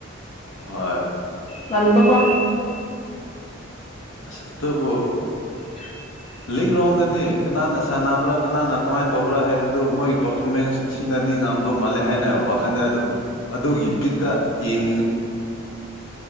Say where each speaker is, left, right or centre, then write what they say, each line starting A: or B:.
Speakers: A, on the left; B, on the left.
A: ꯍꯣꯏ
B: ꯅꯝꯕ ꯀ
A: ꯑꯁ ꯑꯗꯨꯕꯨ
B: <unintelligible>
A: ꯂꯤꯛ ꯔꯥꯎꯟꯗꯅꯤ ꯀꯅꯥꯅ ꯁꯥꯟꯅꯕ꯭ꯔꯥ ꯀꯅꯥꯅ ꯀꯃꯥꯏꯅ ꯇꯧꯕ꯭ꯔꯥ ꯍꯥꯏꯕꯗꯨ ꯃꯣꯏꯒꯤ ꯄꯔꯐꯣꯔꯃꯦꯟꯁ ꯑꯁꯤꯅꯗꯤ ꯉꯝꯗꯧ ꯃꯥꯜꯂꯦ ꯍꯥꯏꯅ ꯋꯥꯈꯟꯗ ꯑꯗꯨꯝ ꯑꯗꯨꯒꯤ ꯕꯤꯠꯇ ꯌꯦꯡꯅꯤꯡꯉꯤ